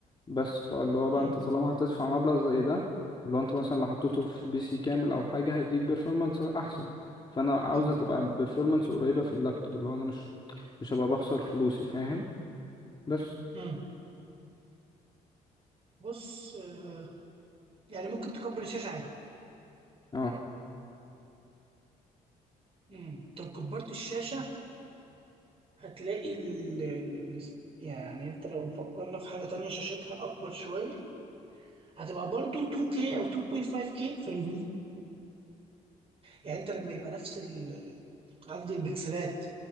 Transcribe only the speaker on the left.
بس فاللي هو بقى
انت طالما هتدفع مبلغ زي ده اللي هو انت مثلا لو حطيته في بي سي كامل او حاجه هيديك بيرفورمانس احسن فانا عاوزه
تبقى البيرفورمانس قريبه في اللابتوب اللي هو انا مش مش هبقى بخسر فلوسي فاهم بس
اه